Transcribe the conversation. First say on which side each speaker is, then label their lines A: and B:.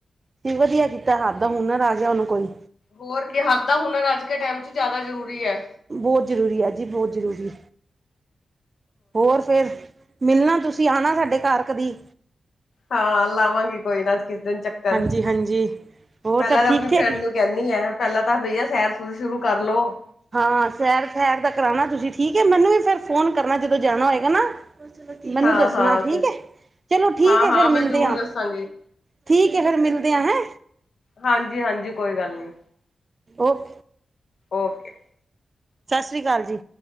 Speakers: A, on the right; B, on the left.
A: ਕੀ ਵਧੀਆ ਕੀਤਾ ਹੱਥ ਦਾ ਹੁਨਰ ਆ ਗਿਆ ਉਹਨੂੰ ਕੋਈ
B: ਹੋਰ ਕੀ ਹੱਥ ਦਾ ਹੁਨਰ ਅੱਜ ਕੇ ਟਾਈਮ ਜ਼ਿਆਦਾ ਜ਼ਰੂਰੀ ਐ।
A: ਬਹੁਤ ਜ਼ਰੂਰੀ ਅ ਜੀ ਬਹੁਤ ਜ਼ਰੂਰੀ ਹੋਰ ਫੇਰ, ਮਿਲਣਾ ਤੁਸੀਂ ਆਣਾ ਸਾਡੇ ਘਰ ਕਦੀ
B: ਹਾਂ ਲਾਵਾਂਗੀ। ਕੋਈ ਨਾ ਅੱਜ ਕਿਸ ਦਿਨ ਚੱਕਰ
A: ਹਾਂਜੀ ਹਾਂਜੀ ਹੋਰ
B: ਪਹਿਲਾਂ
A: ਸਭ
B: ਤਾਂ
A: ਠੀਕ
B: ਆਪਣੀ ਫਰੈਂਡ
A: ਠਾਕ
B: ਨੂੰ ਕਹਿੰਦੀ ਆ, ਪਹਿਲਾਂ ਤਾਂ ਬਈਆ ਸੈਰ-ਸੁਰ ਸ਼ੁਰੂ ਕਰ ਲੋੋ।
A: ਹਾਂ ਸੈਰ, ਸੈਰ ਦਾ ਕਰਾਉਣਾ ਤੁਸੀਂ ਠੀਕ ਹੈ ਮੈਨੂੰ ਵੀ ਫਿਰ ਫੋਨ ਕਰਨਾ ਜਦੋਂ ਜਾਣਾ ਹੋਏਗਾ ਨਾ ਮੈਨੂੰ
B: ਹਾਂ
A: ਦੱਸਣਾ
B: ਹਾਂ,
A: ਠੀਕ ਹੈ। ਚਲੋ ਠੀਕ
B: ਹਾਂ
A: ਹੈ,
B: ਹਾਂ
A: ਫਿਰ
B: ਮੈਂ
A: ਮਿਲਦੇ
B: ਜ਼ਰੂਰ
A: ਆ
B: ਦੱਸਾਂਗੀ।
A: ਠੀਕ ਹੈ। ਫੇਰ ਮਿਲਦੇ ਆ ਹੈਂ।
B: ਹਾਂਜੀ, ਹਾਂਜੀ। ਕੋਈ ਗੱਲ ਨੀ।
A: ਓਕ
B: ਓਕੇ
A: ਸਤਿ ਸ਼੍ਰੀ ਅਕਾਲ ਜੀ।